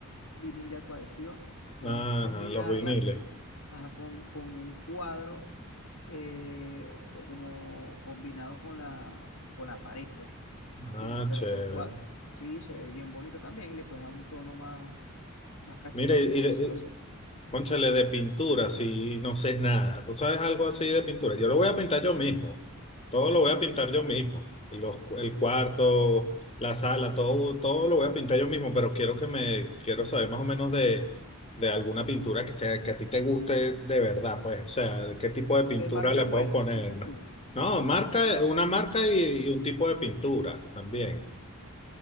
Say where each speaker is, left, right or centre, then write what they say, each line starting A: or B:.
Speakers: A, on the left; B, on the left.
A: vinil de autoadhesiva, puedes
B: Ajá,
A: combinarla
B: los viniles.
A: ajá, con, con un cuadro eh, como combinado con la, con la pared, pues,
B: Ah,
A: ¿entiendes? Pero
B: chévere.
A: son cuadros, sí, se ve bien bonito también y le puedes dar un tono más, más cacheroso,
B: Mire, y,
A: por decirlo así.
B: Cónchale, de pintura, si no sé nada. ¿Tú sabes algo así de pintura? Yo lo voy a pintar yo mismo. Todo lo voy a pintar yo mismo. Los cu- el cuarto, la sala, todo, todo lo voy a pintar yo mismo, pero quiero que me, quiero saber más o menos de, de alguna pintura que sea, que a ti te guste de verdad, pues. O sea, de qué tipo de pintura
A: De marca
B: le
A: buena,
B: puedo poner.
A: dices tú,
B: No, no,
A: una
B: marca,
A: marca buena.
B: una marca y, y un tipo de pintura también.